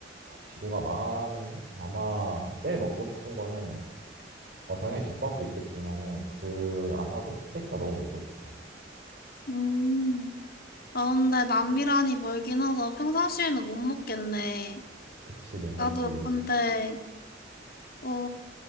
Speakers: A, on the right; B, on the left.
A: 지구가 망하면 아마 제일 먹고 싶은 거는 어, 당연히 집밥도 있겠지만은 그 아사도 스테이크가 너무 먹고 싶어.
B: 음. 아, 근데 남미란이 멀긴 해서 평상시에는 못 먹겠네.
A: 그치 못 먹지.
B: 나도 근데, 어,